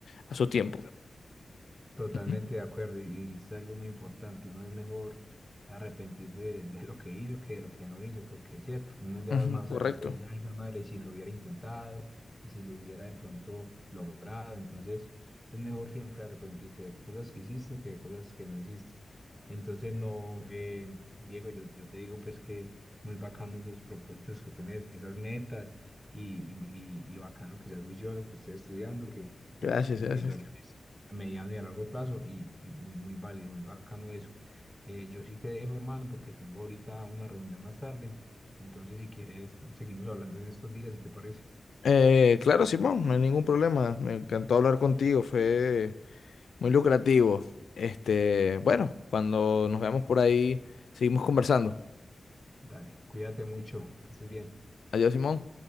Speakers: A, on the left (about 85°); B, in the centre.
A: a su tiempo.
B: Totalmente
A: Ujú,
B: de acuerdo, y es algo muy importante. Uno es mejor arrepentirse de, de lo que hizo que de lo que no hizo, porque es cierto, uno ya
A: ujú,
B: más
A: correcto.
B: adelante dice, ay, jue madre, y si lo hubiera intentado, y si lo hubiera de pronto logrado. Entonces, es mejor siempre arrepentirse de cosas que hiciste que de cosas que no hiciste. Entonces, no, eh, Diego, yo, yo te digo, pues que muy bacano esos propósitos que tenés, esas metas, y, y, y- y bacano que seas juicioso, que estés estudiando, que, que te,
A: Gracias,
B: que
A: gracias.
B: te visualices a mediano y a largo plazo y, y muy, muy válido, muy bacano eso. Eh, yo sí te dejo, hermano, porque tengo ahorita una reunión más tarde. Entonces, si quieres, seguimos hablando en estos días, si te parece.
A: Eh, claro, Simón, no hay ningún problema. Me encantó hablar contigo, fue muy lucrativo. Este, bueno, cuando nos veamos por ahí, seguimos conversando.
B: Dale, cuídate mucho, que estés bien.
A: Adiós, Simón.